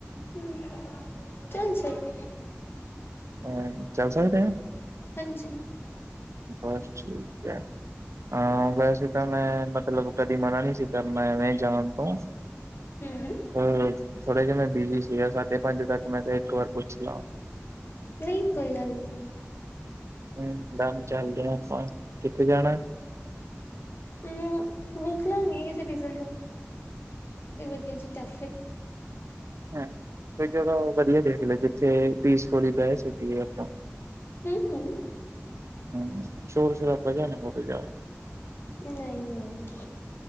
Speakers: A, on the left (about 50°); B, on the right (about 75°).
A: ਹ ਚਲ ਛਡ, <inaudible>
B: ਅ ਚੱਲ ਸਕਦੇ ਆ।
A: ਹਾਂਜੀ,
B: ਬਸ ਠੀਕ ਹੈ, ਅ ਵੈਸੇ ਤਾਂ ਮੈਂ ਮਤਲਬ ਕਦੀ ਮਨਾ ਨਹੀਂ ਸੀ ਕਰਨਾ ਐਵੇ ਜਾਣ ਤੋਂ
A: ਹਮ
B: ਅ ਥੋੜੇ ਜਾ ਮੈਂ ਬਿਜੀ ਸੀਗਾ ਸਾਢੇ ਪੰਜ ਤੱਕ ਮੈਂ ਤੇ ਇੱਕ ਵਾਰ ਪੁੱਛ ਲਾ।
A: ਨਹੀਂ ਕੋਈ ਗੱਲ ਨਹੀਂ।
B: ਹੂ ਮੈਮ ਚੱਲਦੇ ਹ ਆਪਾਂ ਕਿੱਥੇ ਜਾਣਾ।
A: ਊ ਵੇਖ ਲਾਂਗੇ ਕਿਸੇ ਪੀਜ਼ਾ ਸ਼ੋਪ ਕੋਈ ਵਧੀਆ ਜੀ ਕੈਫੇ।
B: ਹ ਕੋਈ ਜਗ੍ਹਾ ਉਹ ਵਧੀਆ ਦੇਖ ਲੋ ਜਿੱਥੇ ਪੀਸਫੁਲੀ ਬਹਿ ਸਕੀਏ ਆਪਾਂ
A: ਥੇਨਕੁ
B: ਹਾਂਜੀ ਸ਼ੋਰ ਸ਼ਰਾਬਾ ਜੀਹਾ ਨਹੀ ਮੁਕਦਾ,
A: ਨਹੀਂ, ਨਹੀਂ।